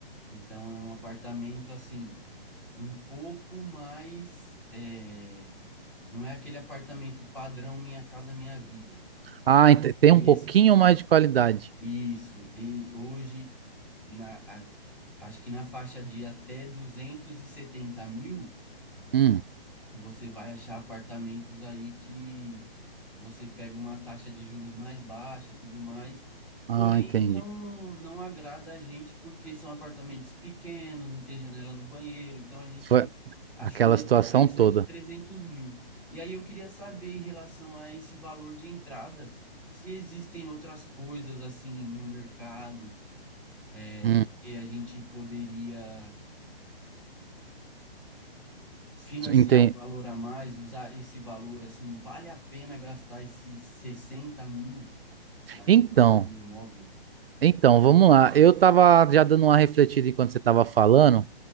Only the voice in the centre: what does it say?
Então é um apartamento assim, um pouco mais. é, não é aquele apartamento padrão Minha Casa Minha Vida.
E
esse,
isso. E hoje, na, a- acho que na faixa de até 270 mil,
você vai achar apartamentos aí que você pega uma taxa de juros mais baixa, tudo mais.
Porém,
não, não agrada a gente porque são apartamentos pequenos, não tem janela no banheiro. Então, a gente
achou
nesse
preço
aí de 300 mil. E aí, eu queria saber em relação a esse valor de entrada, se existem outras coisas assim no mercado é,
que a gente poderia financiar
um valor a mais, usar esse valor assim, vale a pena gastar esses 60 mil na
entrada de um imóvel?